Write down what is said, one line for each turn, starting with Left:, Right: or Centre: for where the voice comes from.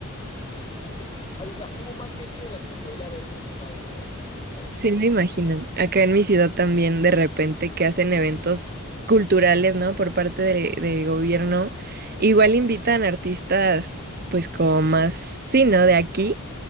Left: Y sí, ya- a- o sea, hubo más gente de la que suele haber en las tocadas normales, ¿sabes?
Right: Sí, me imagino. Acá en mi ciudad también de repente que hacen eventos culturales, ¿no? Por parte de, de gobierno. Igual invitan artistas, pues como más, sí, ¿no? De aquí.